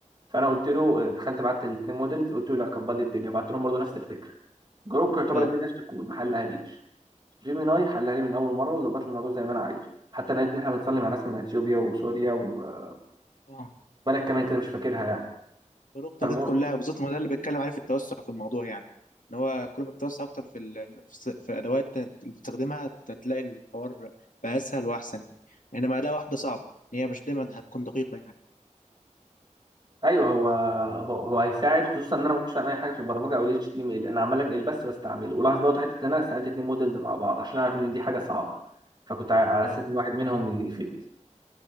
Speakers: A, on the right (about 35°); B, on the left (about 85°).
A: فانا قلت له دخلت بعت الاثنين موديلز قلت له لا كبر لي الدنيا بعت لهم برضه نفس الفكره جروك يعتبر
B: اه
A: الدنيا نفس الكود ما حلهاليش جيميناي حلها لي من اول مره وظبط لي الموضوع زي ما انا عايزه حتى انا لقيت ان احنا بنصلي مع ناس من اثيوبيا وسوريا وبلد
B: آه.
A: كمان كده مش فاكرها يعني
B: طرق طرق التوقيت
A: فالمهم
B: كلها بالظبط ما ده اللي بتكلم عليه في التوسع في الموضوع يعني ان هو كل ما تتوسع اكتر في ال... في الس- في الادوات اللي بتستخدمها هتلاقي الحوار بقى اسهل واحسن يعني، انما اداه واحده صعب هي مش دايما هتكون دقيقه يعني
A: ايوه هو هو, هو هيساعد خصوصا ان انا ما كنتش فاهم اي حاجه في البرمجه او ال HTML انا عمال انقل بس بستعمله ولاحظ برضه حته ان انا سالت اتنين موديلز مع بعض عشان اعرف ان دي حاجه صعبه فكنت ع- على
B: اه
A: اساس ان واحد منهم من يفيد